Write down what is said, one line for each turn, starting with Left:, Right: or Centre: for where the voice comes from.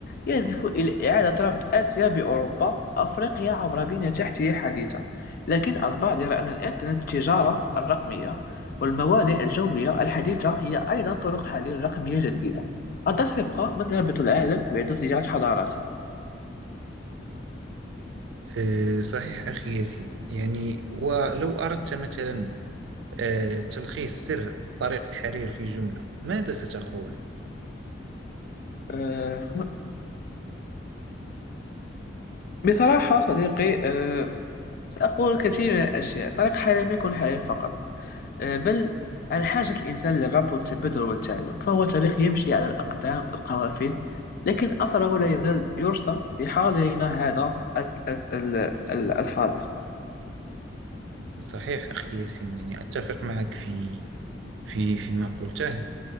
Left: يهدف إلى إعادة ربط آسيا بأوروبا وأفريقيا عبر بنية تحتية حديثة لكن البعض يرى أن الإنترنت التجارة الرقمية والموانئ الجوية الحديثة هي أيضا طرق حل رقمية جديدة قد سيبقى من يربط العالم ويعيد صياغة حضارته
Right: أه، صحيح أخي ياسين يعني ولو أردت مثلا أه، تلخيص سر طريق الحرير في جملة ماذا ستقول؟
Left: أه بصراحة صديقي أه سأقول كثير من الأشياء طريق حياة لم يكن حياة فقط آه، بل عن حاجة الإنسان للربط والتبادل والتعلم فهو تاريخ يمشي على الأقدام القوافل لكن أثره لا يزال يرسم في حاضرنا هذا ال- ال- ال- الحاضر
Right: صحيح أخي ياسين يعني أتفق معك في في فيما قلته